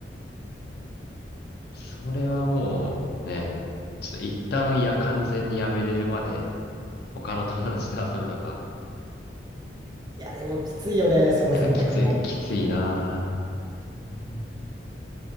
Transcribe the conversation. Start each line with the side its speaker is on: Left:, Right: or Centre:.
Left: それはもう、ね、ちょっと一旦や、完全にやめれるまで、他の友達と遊ぶとか。
Right: いやでもきついよね、その選択も。
Left: いや、きつい、きついなぁ。
Right: うん